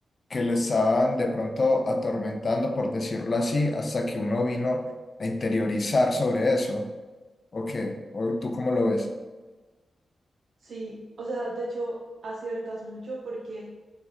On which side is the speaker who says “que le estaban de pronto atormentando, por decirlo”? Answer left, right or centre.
Left